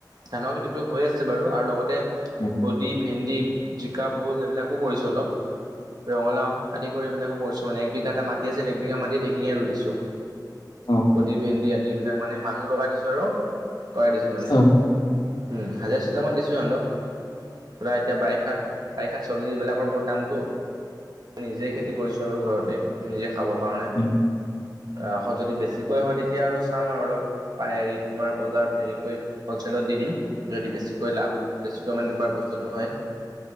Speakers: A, on the right (about 65°); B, on the left (about 75°).
A: ধানৰ খেতিটো হৈ আছে বাৰু আৰু লগতে
B: উম,
A: বডি ভেন্দি জিকা ভোল এইবিলাকো কৰিছো অলপ ৰঙালাও আদি কৰি এইবিলাকো কৰিছো মানে এক বিঘা এটা মাটি আছিল এক বিঘা মাটিত সেইখিনিয়ে ৰুই দিছো
B: অ
A: কডি ভেন্দি আদি এইবিলাক মানে মানুহ লগাই দিছো আৰু কৰাই দিছো মানে
B: অ
A: উম হাজিৰা চিষ্টেমত দিছো সিহঁতক পুৰা এতিয়া বাৰিষাত বাৰিষাত চব্জিবিলাকৰ বহুত দামটো নিজেই খেতি কৰিছো আৰু ঘৰতে নিজে খাবৰ কাৰণে
B: উম
A: অ আকৌ যদি বেছিকৈ হয় তেতিয়া আৰু চাম আৰু অলপ পায় হেৰি তোমাৰ বজাৰত হেৰিকৈ হলচেলত দি দিম যদি বেছিকৈ লাভ বেছিকৈ মানে তোমাৰ বস্তুটো হয়